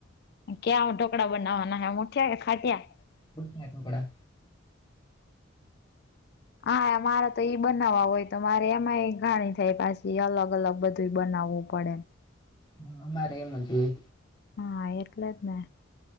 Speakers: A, on the left; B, on the left.
A: ક્યાં આવટો. કકડા બનાવવાના હ મુઠિયા ખાટિયા
B: કુછસા ટોકડા
A: હા મારે તો ઈ બનાવવા હોય તો મારે એમાંય ઘાણી થાય પછી અલગ અલગ બધ. તો બનાવવું પડે
B: હા અમારે એમ જ હોય.
A: હા એટલે જ ને